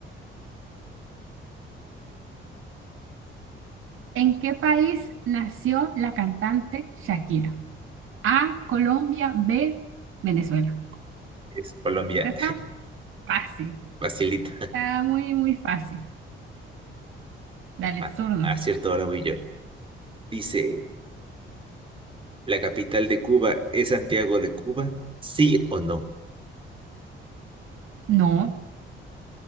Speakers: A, on the right (about 80°); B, on the right (about 25°).
A: ¿En qué país nació la cantante Shakira? A, Colombia, B, Venezuela.
B: es Colombia.
A: Esta Está fácil,
B: Facilita.
A: está muy, muy fácil. Dale
B: A,
A: turno.
B: a cierta hora voy yo. Dice, ¿la capital de Cuba es Santiago de Cuba? ¿Sí o no?
A: No,